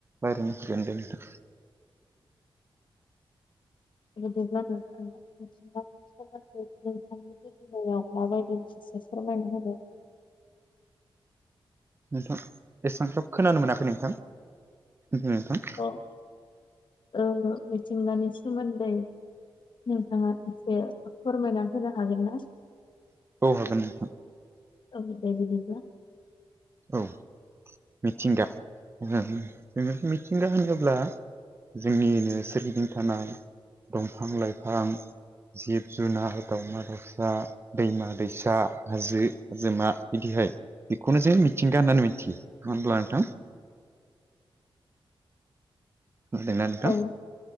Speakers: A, on the right (about 25°); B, on the left (about 60°).
A: रायज्लायनो हागोन दे नोंथां
B: बिदिब्लाा नोंथाङा माबायदि इसे फोरमायना होदो
A: नोंथां एसेबां खोब खोनानो मोनाखै नोंथां नोंथां।
B: <unintelligible> मिथिंगानि सोमोन्दै नोंथाङा एसे फोरमायना होनो हागोन ना
A: औ हागोन नोंथां
B: औ दे बिदिब्ला
A: औ मिथिंगा जों मिथिंगा होनोब्ला जोंनिनो सोरगिदिं थानाय दंफां लाइफां जिब जुनार दावमा दाउसा दैमा दैसा हाजो हाजोमा बिदिहाय बेखौनो <unintelligible> मिथिंगा होननानै मिथियो होनब्ला नोंथां खोनादोंना नोंथां
B: औ